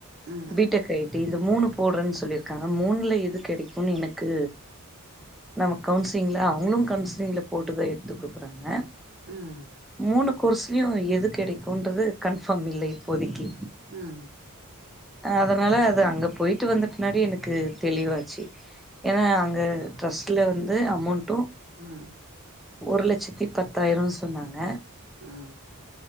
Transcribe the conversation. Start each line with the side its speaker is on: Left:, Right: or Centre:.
Right: ம்
Centre: பி டெக் ஐ டி இந்த மூணு போடுறேன்னு சொல்லிருக்காங்க. மூண்ல எது கெடைக்குன்னு எனக்கு நம்ம கவுன்சிலிங்ல அவங்களும் கவுன்சிலிங்ல போட்டுதா எடுத்து குடுக்குறாங்க.
Right: ம்
Centre: மூணு கோர்ஸ் லயு எது கெடைக்குன்றது கன்ஃபார்ம் இல்ல இப்போதைக்கி.
Right: ம்
Centre: அதனால அது அங்கே போயி்ட்டு வந்த பின்னாடி எனக்கு தெளிவாச்சு. ஏன்னா அங்க டிரஸ்ட்ல வந்து அமௌண்ட்டு
Right: ம்
Centre: ஒரு லட்சத்தி பத்தாயிரன்னு சொன்னாங்க.
Right: ம்